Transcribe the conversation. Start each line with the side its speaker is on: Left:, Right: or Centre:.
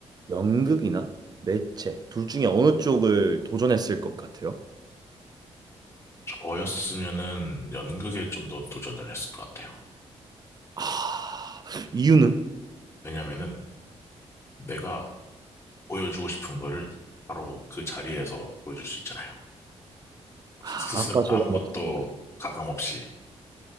Right: 연극이나 매체 둘 중에 어느 쪽을 도전했을 것 같아요?
Left: 저였으면은 연극에 좀 더 도전을 했을 것 같아요.
Right: 아, 이유는?
Left: 왜냐면은 내가 보여주고 싶은 거를 바로 그 자리에서 보여줄 수 있잖아요.
Right: 아,
Left: 스- 스스로
Right: 아까
Left: 아무것도
Right: 제가 말씀드렸던
Left: 가감 없이